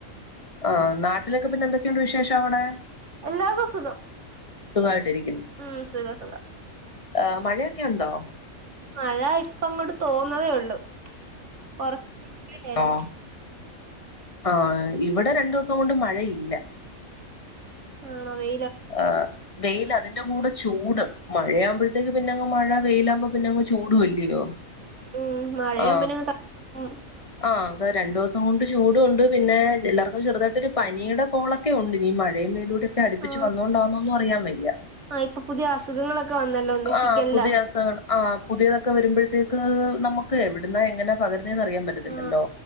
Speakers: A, on the left; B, on the right.
A: ആ നാ ട്ടിലൊക്കെ പിന്നെന്തൊക്കെയുണ്ട് വിശേഷവടെ
B: എല്ലാർക്കും സുഖം
A: സുഖയിട്ടിരി
B: ഉം സുഖം സുഖം
A: ആ മഴയെക്കെ ഒണ്ടോ
B: മഴ ഇപ്പം അങ്ങട് തോന്നതേ ള്ളു കൊർ <unintelligible>
A: ആ ആ ഇവടെ രണ്ടുസം കൊണ്ട് മഴയില്ല
B: ആണോ വെ
A: ആ വെയ്ല് അത് ൻ്റെ കൂടെ ചൂട് മഴയാവുമ്പഴത്തേക്ക് പിന്നങ്ങ് മഴ വെയിലാവുമ്പോ പിന്നെങ്ങ് ചൂടു ല്യോ
B: ഉം മഴയാവുമ്പോ
A: ആ
B: പിന്നെ അങ്ങ് തണു ഉം
A: ആ താ രണ്ടുസം കൊണ്ട് ചൂടു ണ്ട് പിന്നെ പില്ലറക്ക് ചെറുതായിട്ട് ഒരു പനിയുടെ കോളൊക്കെ ണ്ട് ഇനീ മഴയും വെയ്ലൂടെക്ക ച്ചു
B: ആ
A: വന്നൊണ്ടാണൊന്നും അറിയാം വയ്യ
B: ആ ഇപ്പൊ പുതിയ അസുഖങ്ങളൊക്കെ വന്നല്ലോ ഒന്ന്
A: ആ
B: ഷിഗല്ല
A: പുതിയ അസുഖങ്ങള് ആ പുതിയതൊക്കെ വരുമ്പഴത്തേ ക്ക് നമക്ക് എവട്ന്ന എങ്ങനെ പകര് ന്നേ നറിയാം പറ്റത്തില്ലല്ലോ
B: ആ